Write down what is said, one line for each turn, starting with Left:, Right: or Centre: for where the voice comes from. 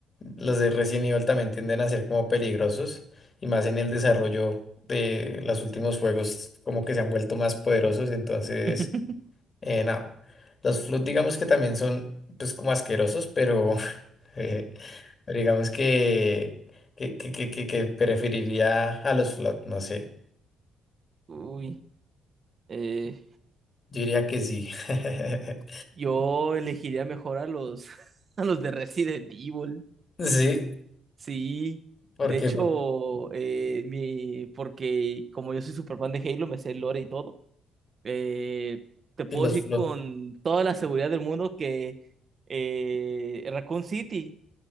Left: Los de Resident Evil también tienden a ser como peligrosos, y más en el desarrollo de los últimos juegos, como que se han vuelto más poderosos, entonces,
Right: <laughs>
Left: eh, no. Los Flood digamos que también son, pues, como asquerosos, pero. Eh, pero digamos que, que, que, que, que- que preferiría a los flot, no sé.
Right: Uy, eh,
Left: Yo diría que sí. <laughs>
Right: yo elegiría mejor a los, <laughs> a los de Resident Evil.
Left: Sí,
Right: Sí,
Left: porque
Right: de hecho, eh, mi, porque como yo soy súper fan de Halo, me sé el lore y todo, eh, te puedo
Left: y los
Right: decir
Left: flot.
Right: con toda la seguridad del mundo que eh, Raccoon City